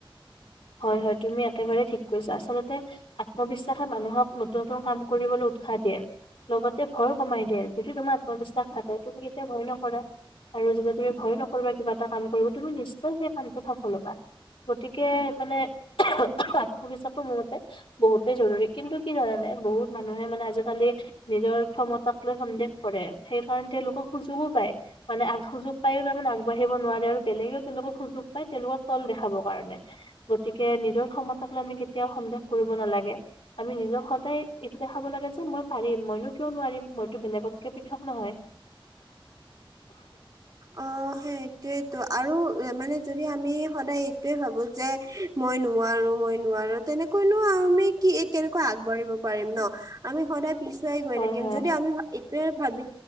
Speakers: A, on the left (about 75°); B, on the right (about 45°).
A: হয় হয় তুমি একেবাৰেই ঠিক কৈছা। আচলতে আত্মবিশ্বাসে মানুহক নতুন নতুন কাম কৰিবলৈ উৎসাহ দিয়ে। লগতে ভয় কমাই দিয়ে যদি তোমাৰ আত্মবিশ্বাস থাকে তুমি কেতিয়া ভয় নকৰা আৰু যেতিয়া তুমি ভয় নকৰিবা কিবা এটা কাম কৰিবা তুমি নিশ্চয় সেই কামটো সফল হবা। গতিকে মানে আত্মবিশ্বাসটো মোৰ মতে বহুতে জৰুৰী কিন্তু কি জানানে বহুত মানুহে মানে আজিকালি নিজৰ ক্ষমতাক লৈ সন্দেহ কৰে। সেইকাৰণে তেওঁলোকক সুযোগো পায় মানে সুযোগ পায়ও তাৰমানে আগবাঢ়িব নোৱাৰে আৰু বেলেগেও তেওঁলোকক সুযোগ পায় তেওঁলোকক তল দেখাবৰ কাৰণে। গতিকে নিজৰ ক্ষমতাক লৈ আমি কেতিয়াও সন্দেহ কৰিব নালাগে ।আমি নিজক সদায় এইটো দেখাব লাগে যে মই পাৰিম মইনো কিয় নোৱাৰিম মইতো বেলেগতকে পৃথক নহয়।
B: অ সেইটোয়েতো, আৰু মানে যদি আমি সদায় এইটোৱে ভাবো যে মই নোৱাৰো মই নোৱাৰো তেনেকৈনো আমি কি কেনেকৈ আগবাঢ়িব পাৰিম ন আমি সদায় পিছুৱাই গৈ
A: হয়
B: থাকিম
A: হয়
B: যদি আমি এইটোয়ে ভাবি